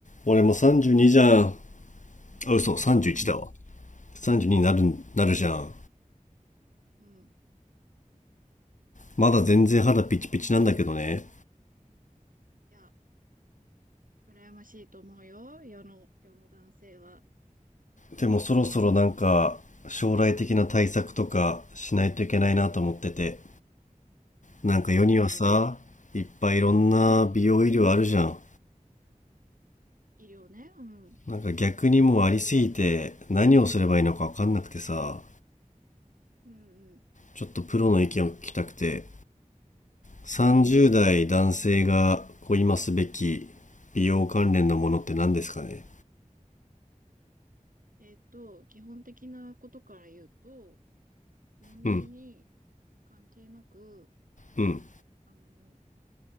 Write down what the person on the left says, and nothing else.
俺も32じゅうにじゃんあ嘘31だわ
32にになるなるじゃん
まだ全然肌ピチピチなんだけどね
でもそろそろなんか将来的な対策とかしないといけないなと思っててなんか世にはさいっぱいいろんな美容医療あるじゃん
なんか逆にもうありすぎて何をすればいいのか分かんなくてさ
ちょっとプロの意見を聞きたくて30代男性がこう今すべき美容関連のものって何ですかね
うん
うん